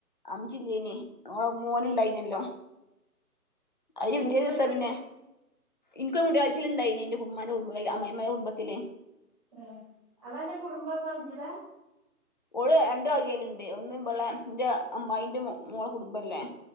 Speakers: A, on the left; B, on the right.
A: അന്ന് ഇജില്ലെയ്ന് ഓളെ മോനുണ്ടായിനല്ലോ
B: മീ
A: അതിന്റെ
B: എന്ത്
A: പിറ്റെ ദിവസാ
B: പരിപാടി
A: പിന്നെ ഇൻക്ക് മുടി കളച്ചിൽ ഉണ്ടായിനി എന്റെ ഉമ്മാന്റെ കുടുംബത്തിൽ അമ്മായിഅമ്മൻടെ കുടുംത്തിൽ
B: എ അതാ അന്റെ കുടുംബ അഞ്ജിത
A: ഓൾ രണ്ടു വകയിലുണ്ട് ഒന്ന്പളെ ഇന്റെ അമ്മായിന്റെ മോളെ കുടുംബല്ലേ